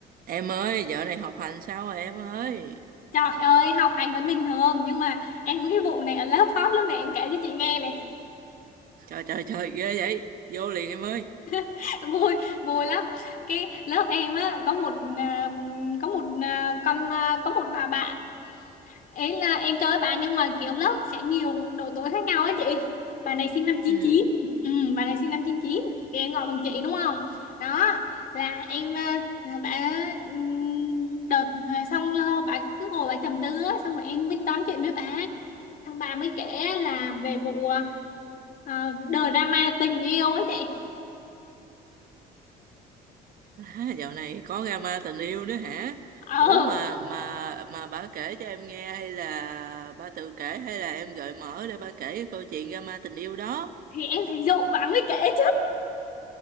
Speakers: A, on the right (about 55°); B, on the left (about 55°).
A: Em ơi, dạo này học hành sao rồi em ơi?
B: Trời ơi, học hành vẫn bình thường nhưng mà em có cái vụ này ở lớp hot lúc này em kể cho chị nghe này.
A: Trời trời trời, ghê vậy. Vô liền em ơi.
B: <laughs> Vui, vui lắm. Cái lớp em á có một à, có một à, con à, có một bà bạn. Ấy là em chơi với bà nhưng mà kiểu lớp sẽ nhiều độ tuổi khác nhau á chị. Bà này sinh năm chín
A: Ừ.
B: chín. Ừ, bà này sinh năm chín chín thì em gọi bằng chị đúng không? Đó là em à, bà ừm, đợt rồi xong lâu lâu bà cứ ngồi bà trầm tư á xong rồi em mới tám chuyện với bà thằng bà mới kể là về vụ ờ, drama tình yêu ấy chị
A: À, dạo này có drama tình yêu nữa hả?
B: ờ
A: Ủa mà mà mà bà kể cho em nghe hay là bà tự kể hay là em gợi mở để bà kể cái câu chuyện drama tình yêu đó?
B: thì em thấy Dụ bà mới kể